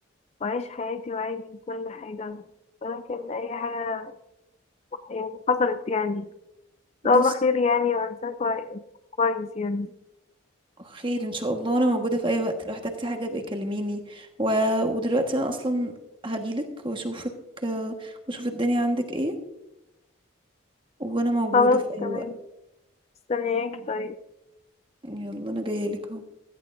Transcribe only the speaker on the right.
بس
خير ان شاء الله وانا موجودة في اي وقت لو احتجتي حاجة ابقي كلميني و... ودلوقتي انا اصلا هجيلك واشوفك آه، واشوف الدنيا عندك ايه وانا موجودة
في اي
وقت
يلا انا جاية لك اهو